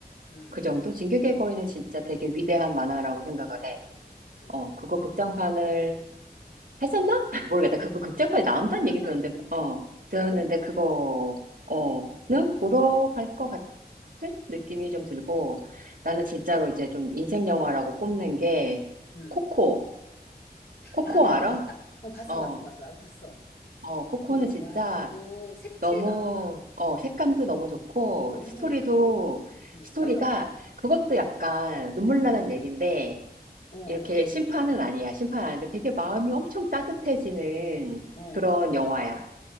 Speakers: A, on the left (about 70°); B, on the right (about 60°).
A: 음,
B: 그 정도? 진격의 거인은 진짜 되게 위대한 만화라고 생각을 해.
A: 음.
B: 어, 그거 극장판을 했었나? <laughs> 모르겠다. 그거 극장판에 나온다는
A: 극장판
B: 얘기 들었는데, 그, 어, 들었는데
A: 어, 보,
B: 그거,
A: 음,
B: 어, 는 보러 갈 것 같은 느낌이 좀 들고, 나는 진짜로
A: 음,
B: 이제 좀 인생 영화라고 꼽는 게,
A: 음.
B: 코코. 코코
A: 아, 나
B: 알아?
A: 그거 봤다. 어, 봤어,
B: 어,
A: 봤어, 봤어. 나도 봤어.
B: 어, 코코는
A: 그거,
B: 진짜
A: 와, 그거 색채가,
B: 너무, 어, 색감도
A: 음,
B: 너무 좋고,
A: 어, 너무
B: 스토리도,
A: 예쁘고, 음,
B: 스토리가,
A: 맞아.
B: 그것도 약간 눈물 나는
A: 응,
B: 얘기인데,
A: 어,
B: 이렇게 심판은 아니야. 심판 아닌데 되게 마음이 엄청 따뜻해지는
A: 어.
B: 그런 영화야.